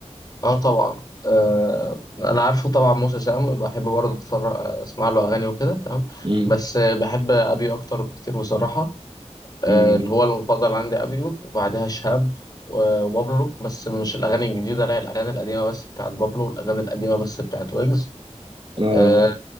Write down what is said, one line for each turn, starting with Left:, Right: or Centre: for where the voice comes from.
Left: اه طبعا آه انا عارفه طبعا موسى سام بحب برضه اتفرج اسمع له اغاني وكده تمام
Right: مم.
Left: بس آه، بحب ابيو اكتر بكتير بصراحه آه
Right: مم.
Left: اللي هو المفضل عندي ابيو وبعدها شهاب و- وبابلو بس مش الاغاني الجديده لا الاغاني القديمه بس بتاعت بابلو الاغاني القديمه بس بتاعت ويجز
Right: آه.
Left: آه